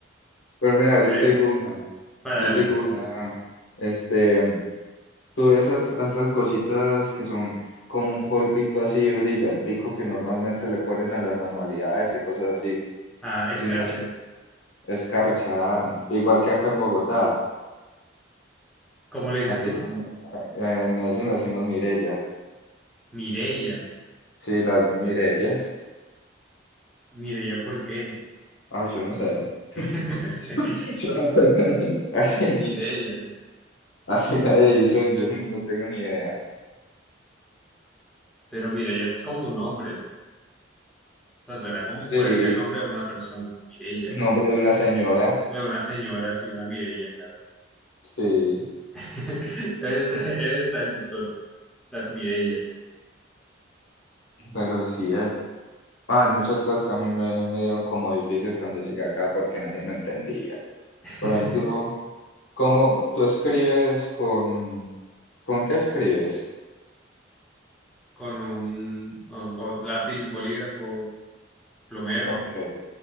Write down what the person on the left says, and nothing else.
Pero mira,
yo
te digo una,
yo
te digo una, este, tú esas, esas cositas que son como un polvito así brillantico que normalmente le ponen a las manualidades y cosas así,
si no sé, escarcha, ¿no? igual que acá en Bogotá,
aquí
también, eh, en Medellín las decimos mirella,
sí, las mirellas,
ah, yo no sé,
<laughs> yo no sé, <laughs> así,
así le dicen, yo no no tengo ni idea,
sí,
nombre de una señora.
Sí,
pero sí, eh, Hay muchas cosas que a mí me, me dieron como difícil cuando llegué acá porque nadie me entendía.
Por ejemplo, ¿cómo tú escribes con... ¿Con qué escribes?
Ok,